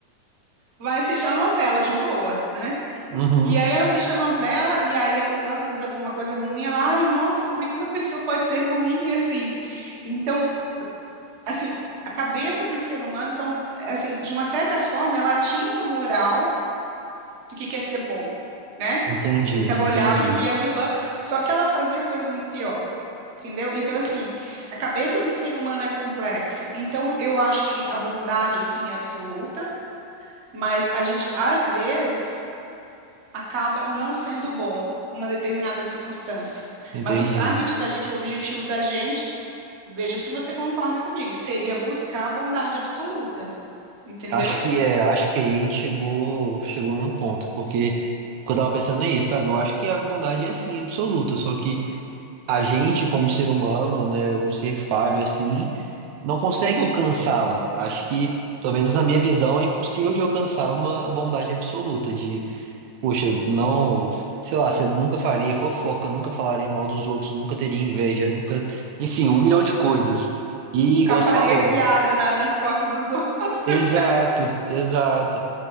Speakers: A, on the right; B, on the right.
A: vai assistir a novela de boa, né?
B: Uhum.
A: E aí ela assiste a novela e aí a vilã tá fazendo alguma coisa ruim, ela, ai, nossa, como é que uma pessoa pode ser ruim assim? Então, assim, a cabeça do ser humano, então, assim, de uma certa forma, ela tinha uma moral do que quer ser bom, né?
B: Entendi,
A: Porque ela
B: entendi,
A: olhava e via a vilã, só que ela fazia coisa muito pior. Entendeu? Então, assim, a cabeça do ser humano é complexa. Então, eu acho que a bondade, sim, é absoluta, mas a gente, às vezes, acaba não sendo bom em uma determinada circunstância.
B: entendi.
A: Mas o target da gente, o objetivo da gente, veja se você concorda comigo, seria buscar a bondade absoluta, entendeu?
B: Acho que é, acho que aí a gente chegou, chegou num ponto, porque o que eu tava pensando é isso, sabe? Eu acho que a bondade é sim absoluta, só que a gente, como ser humano, né, um ser falho assim, não consegue alcançá-la. Acho que, pelo menos na minha visão, é impossível de alcançar uma bondade absoluta, de Poxa, não, sei lá, você nunca faria fofoca, nunca falaria mal dos outros, nunca teria inveja, nunca, enfim, um milhão de coisas. E
A: Nunca
B: igual
A: faria
B: você falou.
A: piada na- nas costas dos outros.
B: Exato, exato.